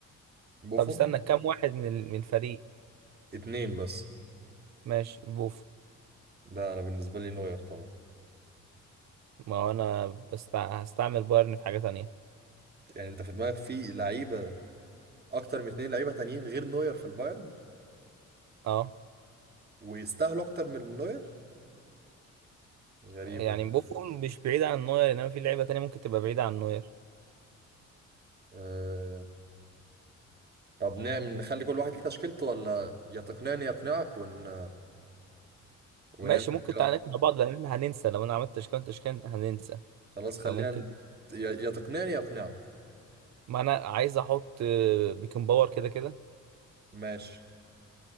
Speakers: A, on the right; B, on the right.
A: بوفون
B: طب استنى كام واحد من ال- من فريق
A: اتنين بس
B: ماشي بوف
A: لا انا بالنسبة لي نوير طبعا
B: ما هو انا بس هستعمل بايرن في حاجة تانية
A: يعني انت في دماغك في لعيبه اكتر من اتنين لعيبه تانيين غير نوير في البايرن
B: اه
A: ويستاهلوا اكتر من نوير غريبه
B: يعني
A: دي
B: بوفون مش بعيد عن نوير انما في لعيبة تانية ممكن تبقى بعيدة عن نوير
A: أه... طب نعمل نخلي كل واحد ليه تشكيلته ولا يا تقنعني يا اقنعك ون... ونعمل
B: ماشي
A: تشكيله
B: ممكن تعالى
A: واحده
B: نقنع بعض لان احنا هننسى لو انا عملت تشكيلة تشكيلة هننسى
A: خلاص خلينا
B: فممكن
A: ن- يا يا تقنعني يا اقنعك
B: ما انا عايز احط آه، بيكن باور كده كده
A: ماشي